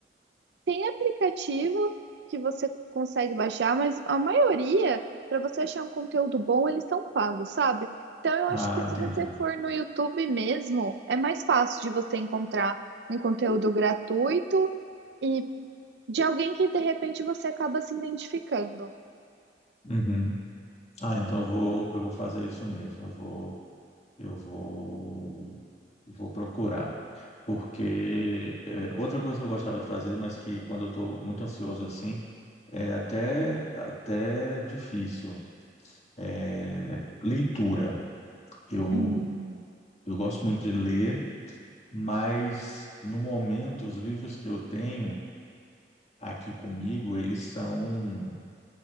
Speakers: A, on the right; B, on the left.
A: Tem aplicativo que você consegue baixar, mas a maioria, para você achar um conteúdo bom, eles são pagos, sabe? Então eu
B: Ah,
A: acho que
B: entendi.
A: se você for no YouTube mesmo, é mais fácil de você encontrar um conteúdo gratuito. E De alguém que de repente você acaba se identificando.
B: Uhum. Ah, então eu vou, eu vou fazer isso mesmo. Eu vou, eu vou, vou procurar. Porque é, outra coisa que eu gostava de fazer, mas que quando eu estou muito ansioso assim, é até, até difícil. é Leitura. Eu,
A: Hum,
B: eu gosto muito de ler, mas no momento os livros que eu tenho aqui comigo, eles são